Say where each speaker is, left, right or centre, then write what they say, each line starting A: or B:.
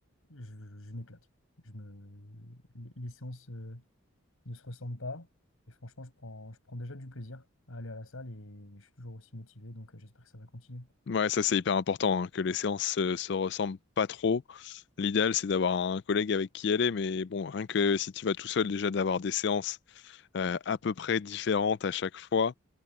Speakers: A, on the left; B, on the left.
A: je, je m'éclate. Je me... Les les séances euh, ne se ressemblent pas. Et franchement, je prends, je prends déjà du plaisir à aller à la salle et je suis toujours aussi motivé. Donc, euh, j'espère que ça va continuer.
B: Ouais, ça c'est hyper important, hein, que les séances euh, se ressemblent pas trop. L'idéal c'est d'avoir un collègue avec qui aller, mais bon, rien que si tu vas tout seul déjà d'avoir des séances euh, à peu près différentes à chaque fois.